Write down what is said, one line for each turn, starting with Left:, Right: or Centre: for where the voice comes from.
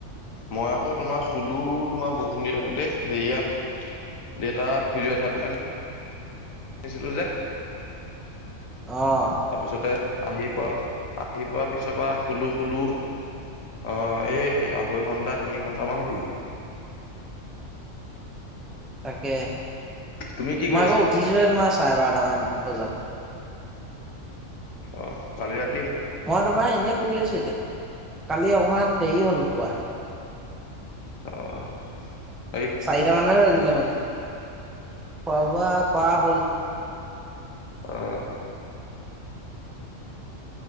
Left: মই আকৌ তোমাৰ শুলো তোমাৰ বৰষুণ দি থাকোতে হেৰিয়াত দেউতাক ফিৰি উঠাই পেলাই শিছিলো যে।
Centre: অ'।
Left: তাৰপিছতে আহি পোৱা আহি পোৱাৰ পিছৰ পৰা শুলো খুলো। অঁ এই আঢ়ৈ ঘণ্টা তিনি ঘণ্টামান ক'লোঁ
Centre: তাকে মই
Left: তুমি কি কৰি
Centre: আকৌ
Left: আছা
Centre: উঠিছোঁহে তোমাৰ চাৰে বাৰটামান বজাত।
Left: অ' কালি ৰা
Centre: মই তোমাৰ এনেই শুই আছো এতিয়া কালি অকমান দেৰি হলো খোৱা
Left: আহ।
Centre: চাৰিটা মানহে বজিলে মানে খোৱা বোৱা কৰা হ'ল।
Left: আহ।